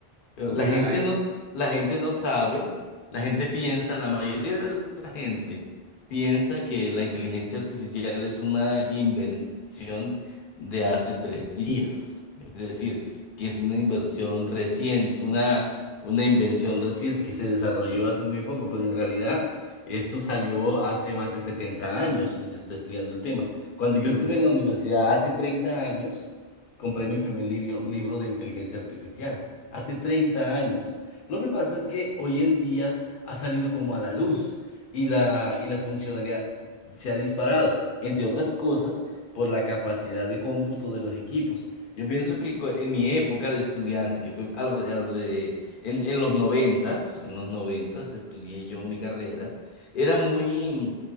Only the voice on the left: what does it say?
Pero
la gente
no, la gente no sabe, la gente piensa, la mayoría de la gente piensa que la inteligencia artificial es una invención de hace tres días. Es decir, que es una inversión reciente, una, una invención reciente que se desarrolló hace muy poco, pero en realidad esto salió hace más de 70 años que se está estudiando el tema. Cuando yo
estuve en la universidad hace 30 años, compré mi primer libro, libro de inteligencia artificial hace 30 años. Lo que pasa es que hoy en día ha salido como a la luz y la, y la funcionalidad se ha disparado, entre otras cosas, por la capacidad de cómputo de los equipos. Yo pienso que co- en mi época de estudiante, que fue al alre- en, en los noventas, en los noventas estudié yo mi carrera, era muy,